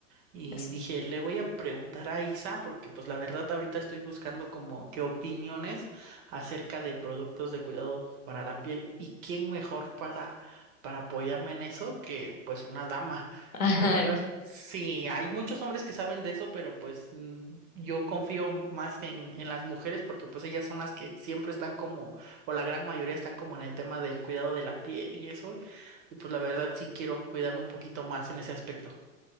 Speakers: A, on the right; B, on the left.
A: Y
B: Eso.
A: dije, le voy a preguntar a Isa porque pues la verdad ahorita estoy buscando como qué opiniones acerca de productos de cuidado para la piel y quién mejor para para apoyarme en eso que pues una dama.
B: <laughs> Ay,
A: La verdad, sí, hay muchos hombres que saben de eso, pero pues mm, yo confío más en en las mujeres porque pues ellas son las que siempre están como o la gran mayoría están como en el tema del cuidado de la piel y eso. Y pues la verdad sí quiero cuidarme un poquito más en ese aspecto.